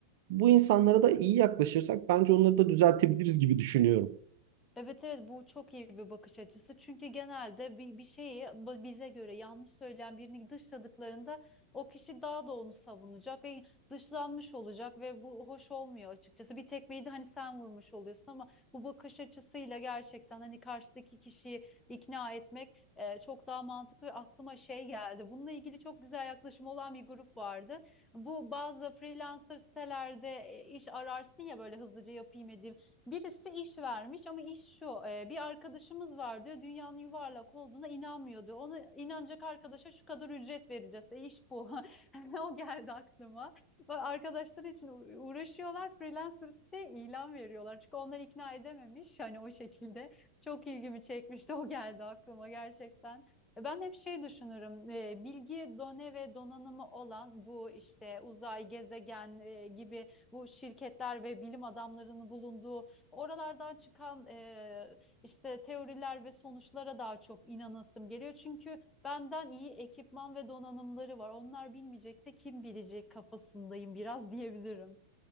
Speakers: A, on the right (about 50°); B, on the left (about 15°).
A: Bu insanlara da iyi yaklaşırsak bence onları da düzeltebiliriz gibi düşünüyorum.
B: Evet evet bu çok iyi bir bakış açısı. Çünkü genelde bir, bir şeyi ba- bize göre yanlış söyleyen birini dışladıklarında o kişi daha da onu savunacak ve dışlanmış olacak ve bu hoş olmuyor açıkçası. Bir tekmeyi de hani sen vurmuş oluyorsun ama bu bakış açısıyla gerçekten hani karşıdaki kişiyi ikna etmek e, çok daha mantıklı ve aklıma şey geldi. Bununla ilgili çok güzel yaklaşım olan bir grup vardı. Bu bazı freelancer sitelerde e, iş ararsın ya böyle hızlıca yapayım edeyim Birisi iş vermiş ama iş şu e, bir arkadaşımız var diyor dünyanın yuvarlak olduğuna inanmıyor diyor. Ona inanacak arkadaşa şu kadar ücret vereceğiz. E, iş bu. <laughs> O geldi aklıma. Bak, Arkadaşlar için u- uğraşıyorlar. Freelancers'te ilan veriyorlar. Çünkü onları ikna edememiş. Hani o şekilde çok ilgimi çekmişti. O geldi aklıma gerçekten. E, Ben hep şey düşünürüm, e, bilgi done ve donanımı olan bu işte uzay, gezegen e, gibi bu şirketler ve bilim adamlarının bulunduğu oralardan çıkan e, işte teoriler ve sonuçlara daha çok inanasım geliyor. Çünkü benden iyi ekipman ve donanımları var. Onlar bilmeyecek de kim bilecek kafasındayım biraz diyebilirim.